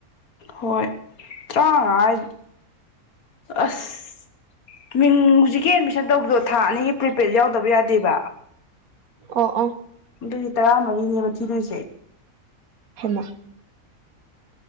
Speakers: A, on the left; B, on the right.
A: ꯍꯣꯏ ꯇꯔꯥꯃꯉꯥ ꯑꯁ ꯃꯤꯡ ꯍꯧꯖꯤꯛꯀꯤ ꯑꯦꯠꯃꯤꯁꯟ ꯇꯧꯕꯗꯣ ꯊꯥ ꯑꯅꯤꯒꯤ ꯄ꯭ꯔꯤꯄꯦꯗ ꯌꯥꯎꯗꯕ ꯌꯥꯗꯦꯕ
B: ꯑ ꯑ
A: ꯑꯗꯨꯒꯤ ꯇꯔꯥꯃꯔꯤꯅꯦꯕ ꯊꯤꯗꯣꯏꯁꯦ
B: ꯍꯃꯁ